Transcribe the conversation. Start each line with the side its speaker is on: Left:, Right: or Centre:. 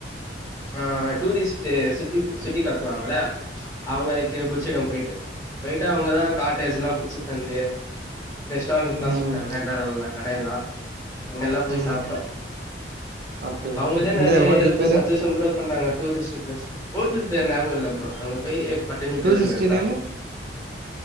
Left: ஆஹ் டூரிஸ்ட்டு சுத்தி சுட்டி காட்டுவாங்க இல்ல அவங்களுக்கு புடிச்சிடும் போயிட்டு போயிட்டா அவங்கதா காட்டேஜ்லாம் புடிச்சி தந்து ரெஸ்டாரண்ட்லாம்
Right: ம்
Left: சொன்னாங்க என்னா நல்லா கடையெல்லா அங் போய்
Right: ம்
Left: சாப்ட்டோ
Right: அப்டியா
Left: அவுங்களே
Right: இந்த
Left: நெறிய
Right: ஹோட்டல்
Left: எடத்துக்கு
Right: பேரு
Left: சஜ்ஜஷன் கூட பண்ணாங்க டூரிஸ்டு ப்ளஸ் ஹோட்ல் பேர் ஞாபக இல்ல ப்ரோ அங்க போயி பட்டுன்னு
Right: டூரிஸ்ட்
Left: பேசுனதுதா
Right: நேமு